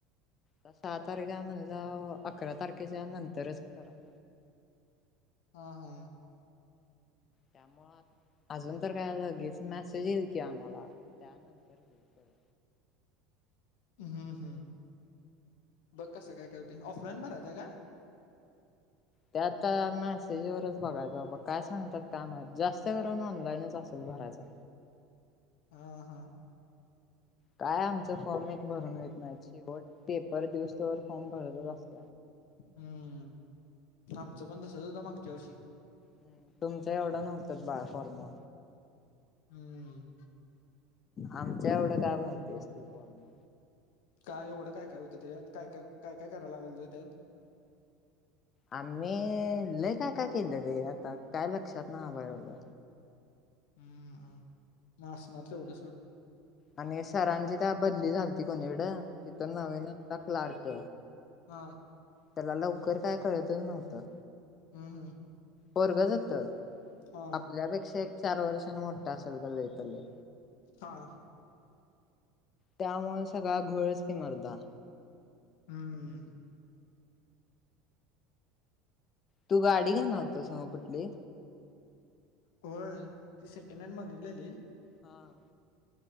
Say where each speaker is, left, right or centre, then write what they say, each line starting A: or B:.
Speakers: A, on the left (about 35°); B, on the left (about 75°).
A: आ सहा तारखा म्हणलं अकरा तारखेच्या नंतरच करायच.
B: हां हां
A: त्यामु अजून तर काय लगेच मेसेज येईल की आम्हाला त्यानंतर होईल.
B: <inaudible> हम्म हम्म बघ कसं काय का होते ऑफलाईन भरायचा आहे का?
A: ते आता मेसेजवरच बघाय जा बा काय सांगतात काम जास्त करून ऑनलाईनच असणार. भरायचा.
B: हां हां
A: काय आमच फॉर्म एक भरून येत नाही शेवट पेपर दिवसत फॉर्म भरतच असत.
B: हम्म आमचं पण तसच होतं मागच्या वर्षी.
A: हम् तुमच एवढं नव्हतंच बाळ फॉर्म.
B: हम्म
A: आमच्या एवढं काय भरतीस तू फॉर्म
B: काय एवढं काय काय होतं त्याच्यात काय काय काय काय करायला लागल त्यात?
A: आम्ही लय काय का केलं रे आता काय लक्षात ना आलं.
B: हम्म माचणार एवढं सोड.
A: आणि सरांची त्या बदली झालती कोणी एवडं तिथून न् नव्हता क्लार्क.
B: हां
A: त्याला लवकर काय कळतच नव्हतं.
B: हम्म हम्म
A: पोरगच होत
B: हा
A: आपल्यापेक्षा एक चार वर्षने मोठा असल तर लतले.
B: हां
A: त्यामुळे सगळा घोळच कि मरदा.
B: हम्म
A: तू गाडी घेणार न होतास नव्ह का कुठली.
B: हो ती सेकंड हॅड मागितलेली.
A: हां